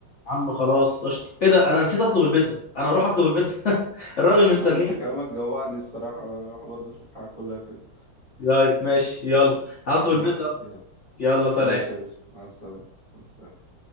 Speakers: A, on the left; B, on the right.
A: يا عم خلاص قشطه ايه ده انا نسيت اطلب البيتزا انا اروح اطلب البيتزا <laughs> الراجل
B: <laughs>
A: مستنيني
B: انت كلامك جوعني الصراحة انا اروح برضه اشوف حاجة كلها كده
A: طيب ماشي يلا هطلب
B: حبيبي
A: البيتزا
B: يلا
A: يلا سلام
B: ماشي يا باشا مع السلامة مع السلامة